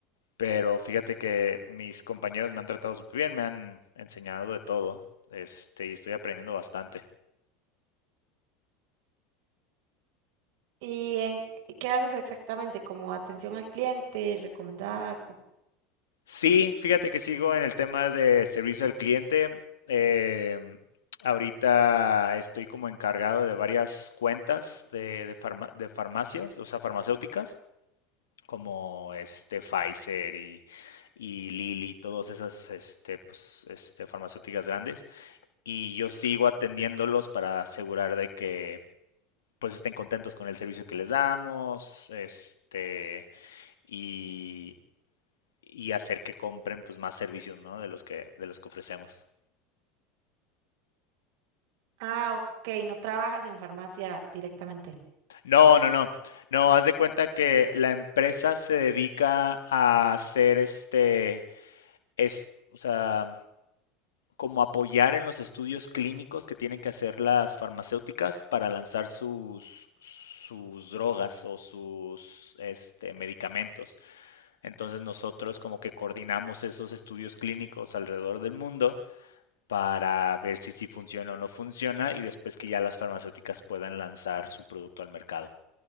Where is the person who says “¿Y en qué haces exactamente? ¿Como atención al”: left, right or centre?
Right